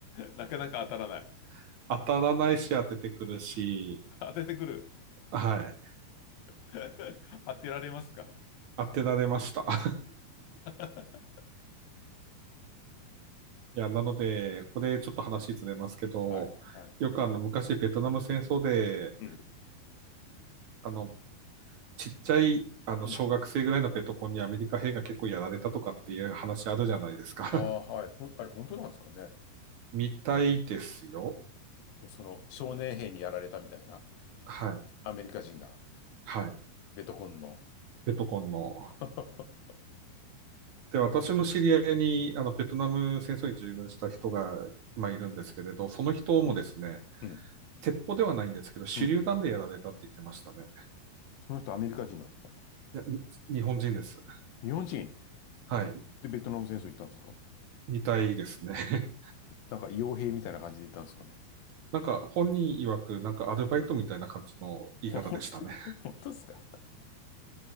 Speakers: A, on the left; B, on the right.
A: ん。<laughs> なかなか当たらない。
B: <laughs> 当たらないし当ててくるし、
A: 当ててくる。
B: はい。
A: <laughs> 当てられますか
B: 当てられました。<laughs>
A: <laughs>
B: いや、なので、これちょっと話ずれますけど、
A: はい。はい。
B: よくあの昔ベトナム戦争で、
A: うん。
B: あのちっちゃい、あの、
A: うん。
B: 小学生ぐらいのペトコンにアメリカ兵が結構やられたとかっていう話あるじゃないですか。
A: ああ、
B: <laughs>
A: はい。ほん、あれ、本当なんですかね。
B: みたいですよ。
A: その、少年兵にやられたみたいな、
B: はい。
A: アメリカ人が、
B: はい。
A: ベトコンの。
B: ペトコンの。
A: <laughs>
B: で、私の知り合いに、あの、ベトナム戦争に従軍した人が、まあ、いるんですけれど、その人もですね、
A: うん。うん。
B: 鉄砲ではないんですけど、手榴弾でやられたって言ってましたね。
A: うん。その人、アメリカ人なんですか
B: いや、に日本人です。
A: 日本人
B: はい。
A: でベトナム戦争行ったんですか
B: みたいですね。<laughs>
A: なんか、傭兵みたいな感じで行ったんですかね。
B: なんか、本人曰く、なんかアルバイトみたいな感じの言い方でしたね。
A: <laughs> 本当、本当ですか